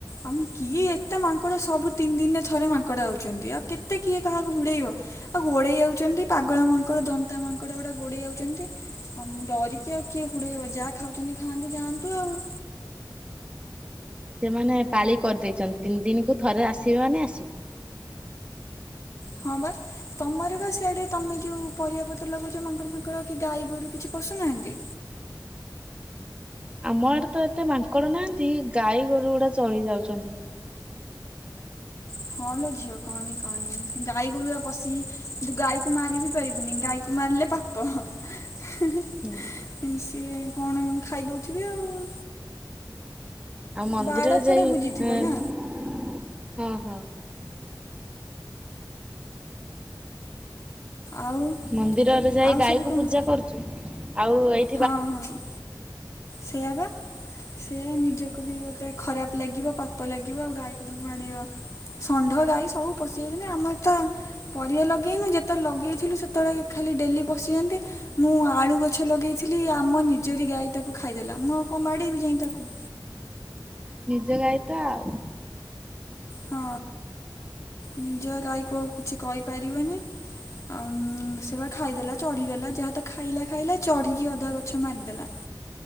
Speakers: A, on the left; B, on the right.
A: ଆମ୍- କିଏ ଏତେ ମାଙ୍କଡ ସବୁ ତିନି ଦିନରେ ଥରେ ମାଙ୍କଡ ଆଉଚନ୍ତି ଆଉ କେତେ କିଏ କାହାକୁ ଘୁଡେଇବ। ଆଉ ଗୋଡେଇ ଆଉଚନ୍ତି ପାଗଳା ମାଙ୍କଡ ଦନ୍ତା ମାଙ୍କଡ ଗୁଡା ଗୋଡେଇ ଆଉଚନ୍ତି ଆଉମ୍ ଡରି କିଏ ଆଉ କିଏ ହୁଡେଇବ ଯାହା ଖାଉଚନ୍ତି ଖାଆନ୍ତୁ ଯାଆନ୍ତୁ ଆଉ।
B: ସେମାନେ ପାଳି କରିଦେଇଚନ୍ତି ତିନି ଦିନକୁୁ ଥରେ ଆସିବେ ମାନେ ଆସିବେ।
A: ହଁ ବା। ତମର ବା ସିଆଡେ ତମେ ଯଉ ପରିବାପତ୍ର ଲଗଉଚ ମାଙ୍କଡ ଫାଙ୍କଡ କି ଗାଈ ଗୋରୁ କିଛି ପଶୁନାହାନ୍ତି?
B: ଆମ ଆଡେ ତ ଏତେ ମାଙ୍କଡ଼ ନାହାନ୍ତି ଗାଈ ଗୋରୁ ଗୁଡା ଚଳି ଯାଉଚନ୍ତି।
A: ହଁ ଲୋ ଝିଅ କହନି କହନି ଗାଈ ଗୋରୁ ଯା ପଶିି ଗାଈକୁ ମାରି ବି ପାରିବୁନି ଗାଈକୁ ମାରିଲେ ପାପ୍ ପ -ହେଁ -ହେଁ।
B: ହୁଁ।
A: ହିଁ ସିଏ କଣ ଖାଇ ଦଉଥିବେ ଆଉ।
B: ଆଉ ମନ୍ଦିରରେ
A: ବାଡ଼ ଫାଡ଼
B: ଯାଇ
A: ବୁଜିଥିବ
B: ଉଁ-
A: ନା?
B: ହଁ -ହଁ।
A: ଆଉ
B: ମନ୍ଦିରରେ ଯାଇ
A: ଆଉ
B: ଗାଈ
A: ସବୁ କଣ?
B: କୁ ପୂଜା କରୁଚୁ ଆଉ ଏଇ
A: ହଁ -ହଁ ସେଇଆ ବା। ସେୟା ନିଜକୁ ବି ଗୋଟେ ଖରାପ୍ ଲାଗିବ ପାପ ଲାଗିବ ଆଉ ଗାଈକୁ ବାଡ଼େଇବ ଷଣ୍ଢ ଗାଈ ସବୁ ପଶିଯାଉଚନ୍ତି ଆମର ତ ପରିବା ଲଗେଇନୁ ଯେତେବେଳେ ଲଗେଇଥିଲୁ ସେତେବେଳେ ଖାଲି ଡେଲି ପଶିଯାଆନ୍ତି। ମୁଁ ଆଳୁ ଗଛ ଲଗେଇଥିଲି ଆମ ନିଜରି ଗାଈ ତାକୁ ଖାଇଦେଲା ମୁଁ ଆଉ କଣ ବାଡ଼େଇବି ଯାଇଁ ତାକୁ।
B: ନିଜ ଗାଈ ତ ଆଉ।
A: ହଁ ନିଜ ଗାଈକୁ କିଛି କହିପାରିବନି। ଆମ୍ -ସେ ବା ଖାଇଦେଲା ଚଢ଼ିଗଲା ଯାହା ତ ଖାଇଲା ଖାଇଲା ଚଢ଼ିକି ଅଧା ଗଛ ମାରିଦେଲା।